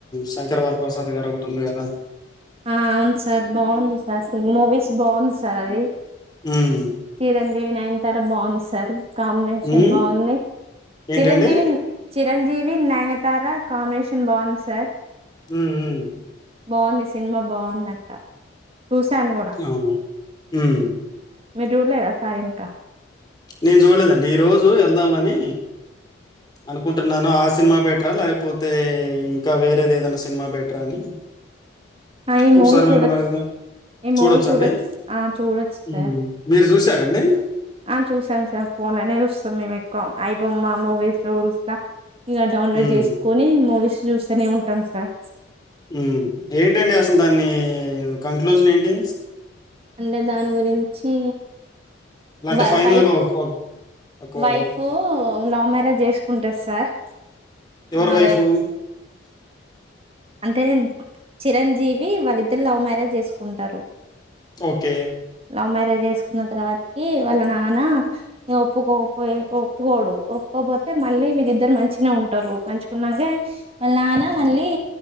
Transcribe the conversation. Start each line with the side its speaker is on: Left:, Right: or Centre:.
Left: శంకరవరప్రసాద్ గారు ఒకటి ఉంది కదా
Right: ఆ అవును సార్ బాగుంది సార్ మూవీస్ బాగుంది సార్ అది
Left: ఉమ్
Right: చిరంజీవి నైనా తరా బాగుంది సార్ కాంబినేషన్
Left: ఉమ్
Right: బాగుంది
Left: ఏంటండి
Right: చిరంజీవి చిరంజీవి నయనతారా కాంబినేషన్ బాగుంది సార్
Left: ఉమ్ ఉమ్
Right: బాగుంది సా సినిమా బాగు దంట చూశాను కూడా
Left: అవును ఉమ్
Right: మీరు చూడలేదా సార్ ఇంకా
Left: నేను చూడలేదండి ఈ రోజు వెళ్దామని అనుకుంటున్నాను ఆ సినిమా బెట్ లేకపోతే ఇంకా వేరేది ఏదనా సినిమా బెటర్ రా అని
Right: ఆ ఈ
Left: ఒకసారి
Right: మూవీ చూడొచ్చు
Left: మిమ్మల్ని అడుగుదాం.
Right: సా ఈ
Left: చూడొచ్చా
Right: మూవీ చూడొచ్చు
Left: అండి?
Right: ఆ చూడొచ్చు
Left: హ్మ్.
Right: సార్
Left: మీరు జూసారా అండి
Right: చూసాం సార్ ఫోన్నే చూస్తాం మేము ఎక్కువ అయిబమ్మ మూవీస్ రూల్స్ ఇగ డౌన్లోడ్
Left: హ్మ్.
Right: చేసుకొని మూవీస్ చూస్తనే ఉంటాం సార్
Left: ఉమ్ ఏంటండి అసలు దాన్ని కంక్లూజన్ ఏంటి
Right: అంటే దాని గురించి
Left: అంటే
Right: వైఫ్
Left: ఫైనల్‌గా ఒక ఒక ఒక వర్డ్‌లో.
Right: వైఫ్ లవ్ మ్యారేజ్ చేసుకుంటది సార్
Left: ఎవరు
Right: ఆ
Left: వైఫ్వు
Right: అంటే చిరంజీవి వళ ఇద్ ఇద్ద లవ్ మ్యారేజ్ చేసుకుంటారు
Left: ఓకే
Right: లవ్ మ్యారేజ్ చేసుకున్న తర్వాతకి వాళ్ళ నాన్న ఒప్పుకోకపో ఒప్పుకోడు ఒప్పుకోపోతే మళ్ళీ వీరిద్దరు మంచిన ఉంటారు మంచుకున్నాక వాళ్ళ నాన్న మళ్ళీ